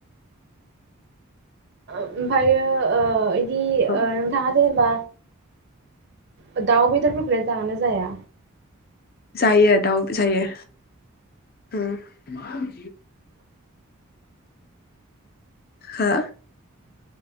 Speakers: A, on the right (about 50°); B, on the left (about 45°).
A: ओमफायो ओ इदि
B: उम।
A: ओ नोंथाङा जेनेबा बा दाउ बेदरफोरखौल जागोनना जाया?
B: जायो दाउ जायो ओम हो